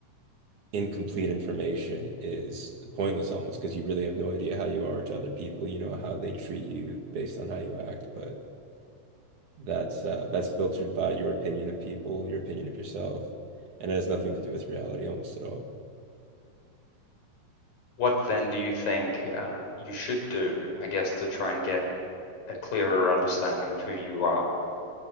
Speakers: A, on the right; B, on the left.
A: incomplete information is pointless almost because you really have no idea how you are to other people. You know how they treat you based on how you act, but that's uh, that's filtered by your opinion of people, your opinion of yourself, and it has nothing to do with reality almost at all.
B: what then do you think uh, you should do, I guess, to try and get a clearer understanding of who you are?